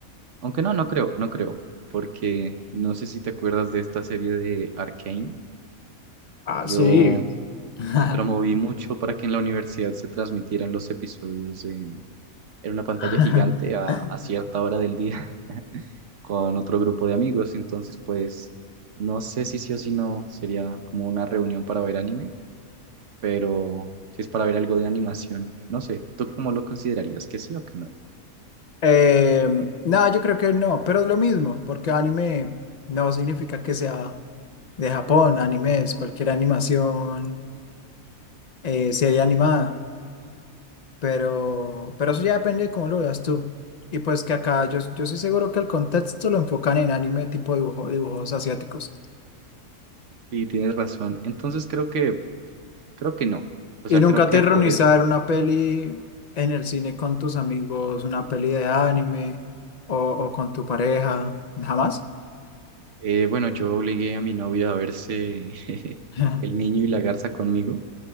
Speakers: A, on the right; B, on the left.
A: Aunque no, no creo, no creo. Porque no sé si te acuerdas de esta serie de Arcane.
B: Ah,
A: Yo
B: sí. <laughs>
A: Promoví mucho para que en la universidad se transmitieran los episodios en, en una pantalla
B: <laughs>
A: gigante a, a cierta hora del día <laughs> con otro grupo de amigos. Entonces, pues, no sé si sí o si no sería como una reunión para ver anime, pero si es para ver algo de animación, no sé. ¿Tú cómo lo considerarías? ¿Que sí o que no?
B: Eh, no, yo creo que no, pero es lo mismo, porque anime no significa que sea de Japón, anime es cualquier animación, eh, serie animada, pero, pero eso ya depende de cómo lo veas tú. Y pues que acá yo, yo estoy seguro que el contexto lo enfocan en anime tipo dibujo, dibujos asiáticos.
A: Y tienes razón. Entonces, creo que, creo que no. O sea,
B: Y nunca
A: creo que
B: te
A: por
B: reunís
A: eso,
B: a ver una peli en el cine con tus amigos, una peli de anime o, o con tu pareja, jamás.
A: eh, bueno, yo obligué a mi novia a verse <laughs>
B: <laughs>
A: El niño y la garza conmigo